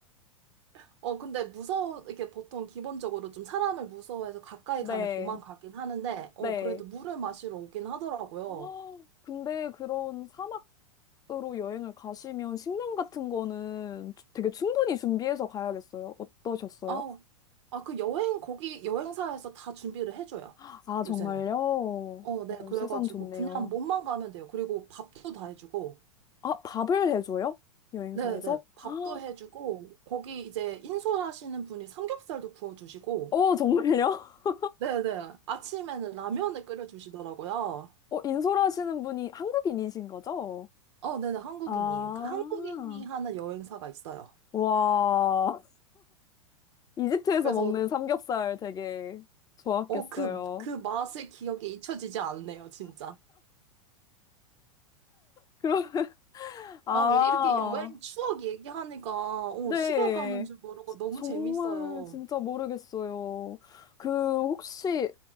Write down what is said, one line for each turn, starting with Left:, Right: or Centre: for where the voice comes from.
Right: <laughs> 어, 근데 무서워 이렇게 보통 기본적으로 좀 사람을 무서워해서 가까이
Left: 네,
Right: 가면 도망가긴 하는데, 어,
Left: 네.
Right: 그래도 물을 마시러 오긴 하더라고요.
Left: 헉, 근데 그런 사막으로 여행을 가시면 식량 같은 거는 주- 되게 충분히 준비해서 가야겠어요. 어떠셨어요?
Right: 아, 아, 그 여행 거기 여행사에서 다 준비를 해줘요.
Left: 아, 정말요?
Right: 요새는. 어, 네.
Left: 어,
Right: 그래가지고
Left: 세상 좋네요.
Right: 그냥 몸만 가면 돼요. 그리고 밥도 다 해주고.
Left: 아, 밥을 해줘요? 여행사에서?
Right: 네네. 밥도
Left: 아,
Right: 해주고, 거기 이제 인솔하시는 분이 삼겹살도 구워주시고,
Left: 어, 정말요? <laughs>
Right: 네네. 아침에는 라면을 끓여주시더라고요.
Left: 어, 인솔하시는 분이 한국인이신 거죠?
Right: 어, 네네. 한국인이에요.
Left: 아,
Right: 그 한국인이 하는 여행사가 있어요.
Left: 와. 이집트에서
Right: 그래서,
Left: 먹는 삼겹살 되게 좋았겠어요.
Right: 어, 그, 그 맛의 기억이 잊혀지지 않네요, 진짜.
Left: 그럼, 아.
Right: 아, 우리 이렇게 여행 추억 얘기하니까, 어,
Left: 네.
Right: 시간 가는 줄 모르고
Left: 지-
Right: 너무
Left: 정말
Right: 재밌어요.
Left: 진짜 모르겠어요. 그 혹시